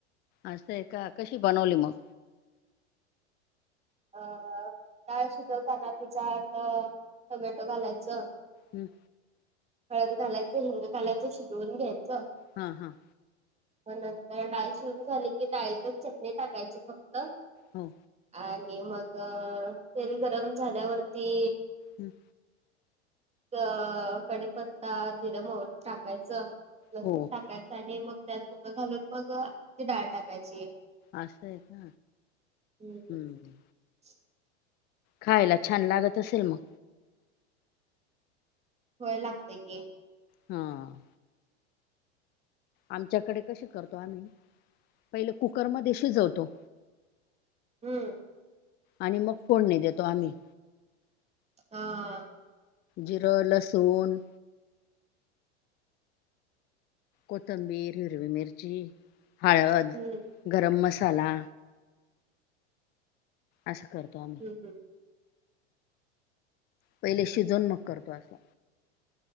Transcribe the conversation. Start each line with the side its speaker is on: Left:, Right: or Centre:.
Left: असय का कशी बनवली मग.
Right: अ डाळ शिजवताना तिच्यात अ टोमॅटो घालायचं.
Left: हम्
Right: हळद घालायचं हिंग घालायचं शिजवून घ्यायचं.
Left: हा हा
Right: मग नंतर डाळ शीजून झाली की डाळीतच चटणी टाकायची फक्त,
Left: हो
Right: आणि मग तेल गरम झाल्यावरती
Left: हम्म
Right: क कडीपत्ता जिर मोरी टाकायचं -- लसूण
Left: हो
Right: टाकायच आणि मग त्यात बुक घालून मग ती डाळ टाकायची
Left: असं य का
Right: हम्म
Left: हम.
Right: <inaudible>
Left: खायला छान लागत असेल मग.
Right: होय लागतय की.
Left: हा. आमच्याकडे कशी करतो आम्ही पहिल कुकरमध्ये शिजवतो.
Right: हम्म.
Left: आणि मग फोडणी देतो आम्ही.
Right: हा.
Left: जिर लसुन कोथंबीर हिरवी मिरची हळद
Right: हम्म
Left: गरम मसाला असं करतो आम्ही.
Right: हम्.
Left: पहिले शिजवून मग करतो आम्ही.